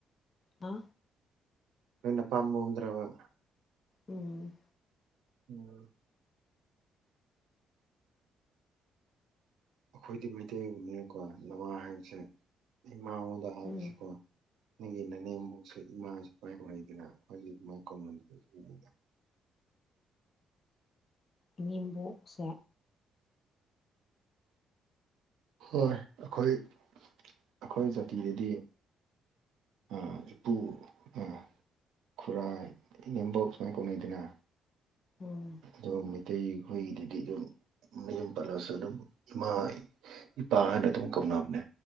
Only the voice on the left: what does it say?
ꯍꯥ
ꯎꯝ
ꯎꯝ
ꯏꯃꯦꯝꯕꯣꯛꯁꯦ
ꯎꯝ